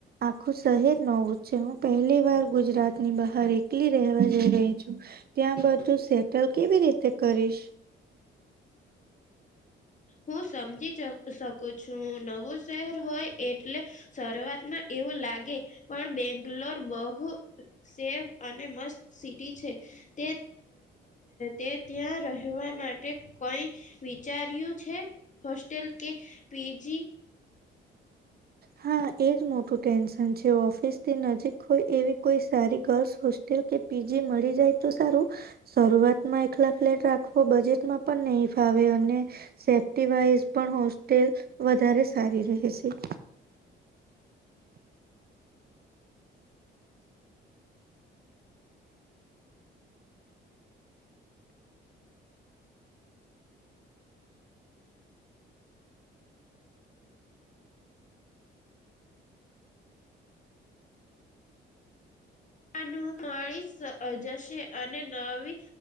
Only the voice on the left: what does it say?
હું સમજી શકું છું, નવું શહેર હોય એટલે શરૂઆતમાં એવું લાગે પણ બેંગલોર બહુ સેફ અને મસ્ત સિટી છે તે તે ત્યાં રહેવા માટે કઈ વિચાર્યું છે, હોસ્ટલ કે પી જી.
આનું મળી જશે અને નવી